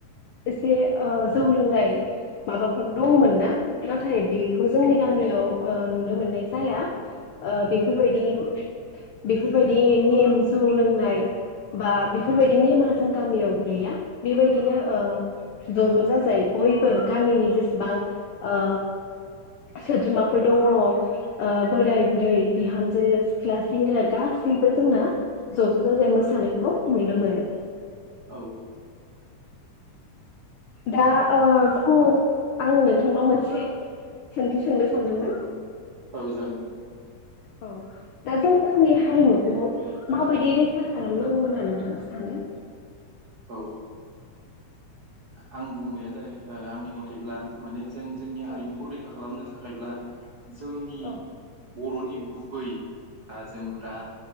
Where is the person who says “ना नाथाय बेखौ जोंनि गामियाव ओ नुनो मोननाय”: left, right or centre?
Left